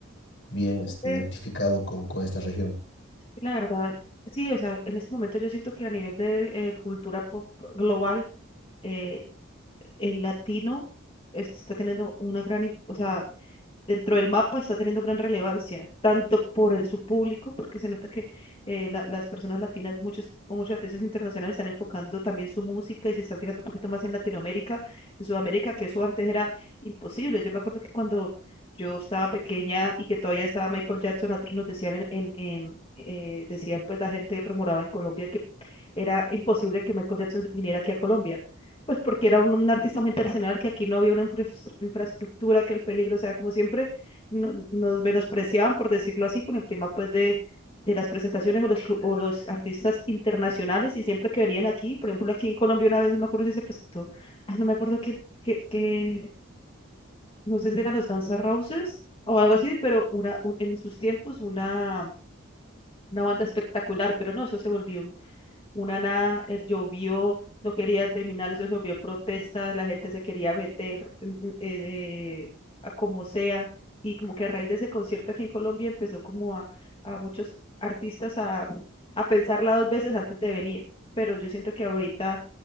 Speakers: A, on the left; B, on the left.
A: bien este,
B: Eh,
A: identificado con, con esta región.
B: la verdad, sí, o sea, en ese momento yo siento que a nivel de eh, cultura pop global, eh, el latino es- está teniendo una gran, im- o sea, dentro del mapa está teniendo gran relevancia, tanto por el, su público, porque se nota que eh, la- las personas latinas, muchos, muchos artistas internacionales están enfocando también su música y se están fijando un poquito más en Latinoamérica, en Sudamérica, que eso antes era imposible. Yo me acuerdo que cuando yo estaba pequeña y que todavía estaba Michael Jackson, otros nos decían en, en, en, eh, decían pues la gente rumoraba en Colombia que era imposible que Michael Jackson viniera aquí a Colombia pues porque era un, un artista muy internacional, que aquí no había una infra- infraestructura, que el peligro, o sea, como siempre, no- nos menospreciaban, por decirlo así, con el tema pues de, de las presentaciones o los, cu- o los artistas internacionales, y siempre que venían aquí, por ejemplo, aquí en Colombia una vez, no me acuerdo si se presentó, ay, no me acuerdo qué qué qué no sé si eran los Guns N' Roses o algo así, pero una, un- en sus tiempos una, una banda espectacular, pero no, eso se volvió una nada, el llovió, no quería terminar, eso se volvió protesta, la gente se quería meter mm, mm, eh, de- a como sea, y como que a raíz de ese concierto aquí en Colombia empezó como a, a muchos artistas a, a pensarla dos veces antes de venir, pero yo siento que ahorita